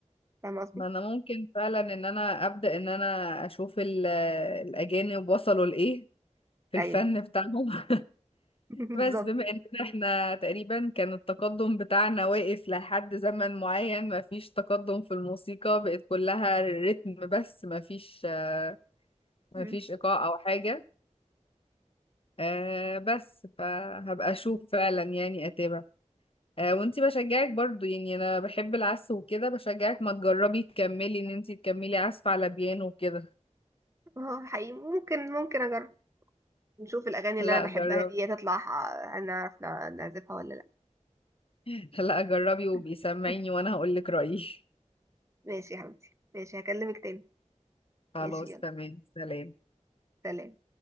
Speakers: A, on the right (about 25°); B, on the left (about 50°).
A: فاهمه قصدي
B: ما انا ممكن فعلا ان انا ابدا ان انا اشوف ال- الاجانب وصلوا لايه في
A: ايوه
B: الفن بتاعهم <laughs>
A: <laughs> بالظبط
B: بس بما اننا احنا تقريبا كان التقدم بتاعنا واقف لحد زمن معين مفيش تقدم في الموسيقى بقت كلها رتم بس مفيش آه، مفيش
A: مم.
B: ايقاع او حاجة آه، بس فهبقى اشوف فعلا يعني اتابع آه، وانتي بشجعك برضو يعني انا بحب العزف وكده بشجعك ما تجربي تكملي ان انتي تكملي عزف على بيانو وكده
A: اه حقيقي ممكن ممكن اجرب نشوف الاغاني
B: لا
A: اللي انا بحبها
B: جربي
A: دي تطلع آه، هنعرف نع- نعزفها ولا لا
B: <laughs> لا جربي
A: <laughs>
B: وبيسمعيني وانا هقولك رأيي
A: ماشي يا حبيبتي ماشي هكلمك تاني
B: خلاص
A: ماشي يلا
B: تمام سلام
A: سلام